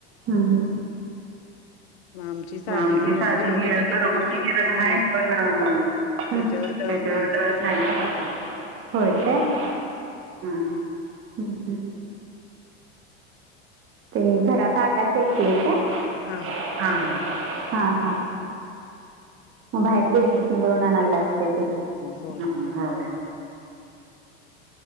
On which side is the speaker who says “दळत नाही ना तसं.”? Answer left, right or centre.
Left